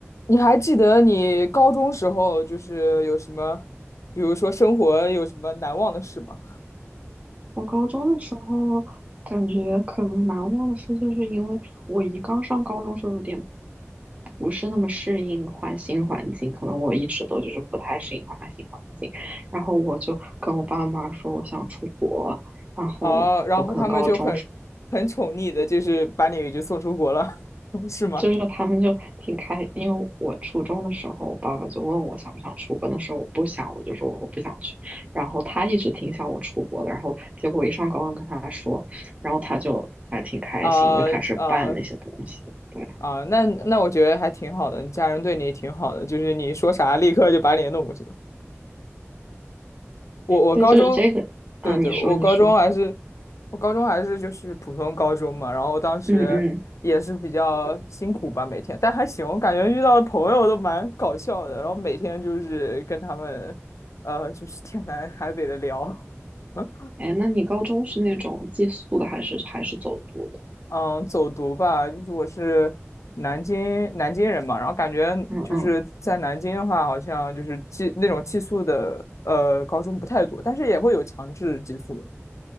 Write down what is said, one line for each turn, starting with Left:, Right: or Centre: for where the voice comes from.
Left: 你还记得你高中时候就是有什么，比如说生活有什么难忘的事吗？
Right: 我高中的时候感觉可能难忘的事，就是因为我一刚上高中时候有点不是那么适应换新环境，可能我一直都就是不太适应换新环境，然后我就跟我爸妈说我想出国，然后我可能高中
Left: 哦，然后他们就很很宠溺的，就是把你就送出国了，<laughs> 是吗？
Right: 就是他们就挺开，因为我初中的时候，我爸爸就问我想不想出国，那时候我不想，我就说我不想去。然后他一直挺想我出国的，然后结果我一上高中跟他说，然后他就还挺开心，
Left: 啊啊
Right: 就开始办那些东西。对
Left: 啊！那那我觉得还挺好的，你家人对你挺好的，就是你说啥立刻就把你弄过去了。我我高中
Right: 对，就是这个。啊，
Left: 对对，
Right: 你说你说，
Left: 我高中还是，我高中还是就是普通高中嘛，然后当时也是比较辛苦吧，
Right: 嗯嗯，
Left: 每天，但还行，我感觉遇到的朋友都蛮搞笑的，然后每天就是跟他们，呃，就是天南海北的聊，<laughs>
Right: 哎，那你高中是那种寄宿的还是还是走读的？
Left: 嗯，走读吧，就是我是南京南京人嘛，然后感觉就是在南京的话，
Right: 嗯嗯。
Left: 好像就是寄那种寄宿的，呃，高中不太多，但是也会有强制寄宿的，